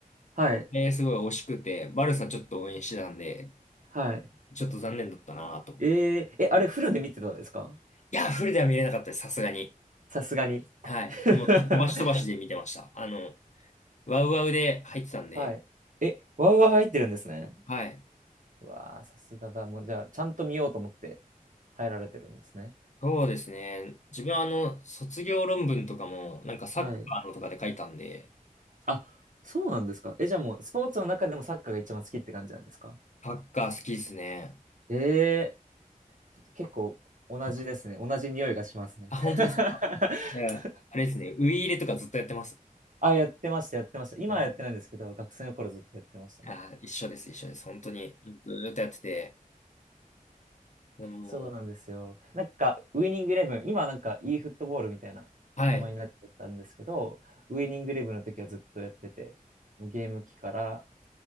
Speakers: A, on the right; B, on the left.
A: はい。
B: えー、すごい惜しくて、バルサちょっと応援してたんで、
A: はい。
B: ちょっと残念だったなぁと。
A: えええ、あれフルで見てたんですか
B: いや、フルでは見れなかったです、さすがに。
A: さすがに。<laughs>
B: はい。もう、飛ばし飛ばしで見てました。あの、ワウワウで入ってたんで、
A: はい。え、ワウワウ入ってるんですね。
B: はい。
A: うわあ、さすがだ。もうじゃあ、ちゃんと見ようと思って入られてるんですね。
B: そうですね。自分はあの、卒業論文とかも、なんかサッカーのとかで書いたんで、
A: はい。あ、そうなんですか。え、じゃあもう、スポーツの中でもサッカーが一番好きって感じなんですか
B: サッカー好きですね。
A: ええ結構同じですね。同じ匂いがしますね。
B: あ、本当ですか
A: <laughs>
B: いや、あれですね。ウイイレとかずっとやってます。
A: あ、やってました、やってました。今はやってないんですけど、
B: はい。
A: 学生の頃ずっとやってましたね。
B: あ、一緒です、一緒です。本当に。ずーっとやってて。でも、
A: そうなんですよ。なんか、ウイニングイレブン、今はなんか e フットボールみたいな名前になっちゃったんですけど、
B: はい。
A: ウイニングイレブンの時はずっとやってて、もうゲーム機から、